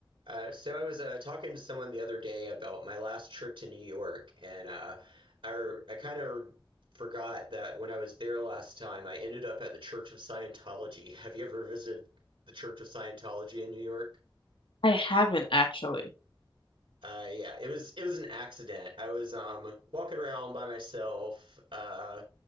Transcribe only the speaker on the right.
Uh, so I was uh, talking to someone the other day about my last trip to New York, and uh, I I kind of forgot that when I was there last time, I ended up at the Church of Scientology. <laughs> Have you ever visited the Church of Scientology in New York?
Uh, yeah, it was it was an accident. I was um walking around by myself. Uh,